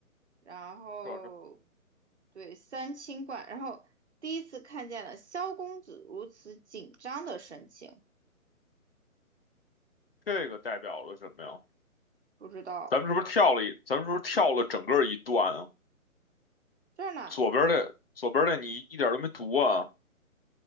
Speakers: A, on the right (about 50°); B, on the left (about 40°).
A: 然后
B: 就是
A: 对三清观，然后第一次看见了萧公子如此紧张的神情，
B: 这个代表了什么呀？
A: 不知道
B: 咱们是不是跳了一？咱们是不是跳了整个一段啊？
A: 这儿呢，
B: 左边的左边的你一点都没读啊？